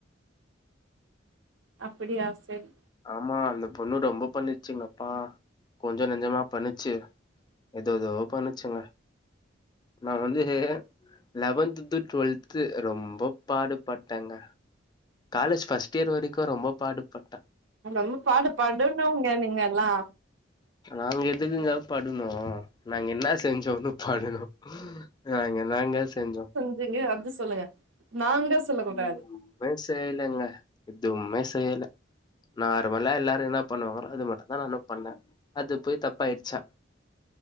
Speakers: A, on the right (about 70°); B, on the left (about 20°).
A: அப்படியா செர்
B: ஆமா அந்த பொண்ணு ரொம்ப பண்ணுச்சுங்கப்பா கொஞ்சோ நஞ்சமா பண்ணுச்சு எதேதோ பண்ணுச்சுங்க நா வந்து லெவன்துது டுவல்த்து ரொம்ப பாடுபட்டங்க காலேஜ் ஃபஸ்ட் இயர் வரைக்கு ரொம்ப பாடுபட்ட
A: ரொம்ப பாடு படுனுங்க நீங்கல்லா
B: நாங்க எதுக்குங்க படுனூ நாங்க என்ன செஞ்சோன்னு படுனு நாங்க என்னாங்க செஞ்சோ
A: இதுங்க அத்து சொல்லுங்க நாங்க சொல்ல கூடாது
B: <inaudible> மே செய்லங்க எதுவுமே செய்யல நார்மல்லா எல்லாரு என்ன பண்ணுவாங்கலோ அது மட்டு தா நானு பண்ணே அது போய் தப்பாயிச்சா